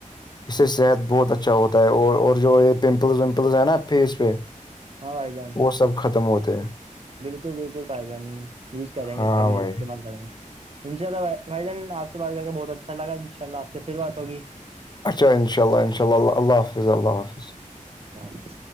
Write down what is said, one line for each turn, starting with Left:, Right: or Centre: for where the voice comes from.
Left: اس سے صحت بہت اچھا ہوتا ہے اور اور جو یہ پمپلز ومپلز ہیں نا فیس پہ
Right: ہاں بائی جان
Left: وہ سب ختم ہوتے ہیں
Right: بالکل بالکل پھائی جان یوز کریں
Left: ہاں
Right: گے اس کا بھی
Left: بھائی
Right: استعمال کریں گے انشاء اللہ بھائی جان آپ سے بات کر کے بہت اچھا لگا ان شاءلہ آپ سے پھر بات ہوگی
Left: اچا ان شا اللہ انشاء اللہ اللہ حافظ اللہ حافظ
Right: سارے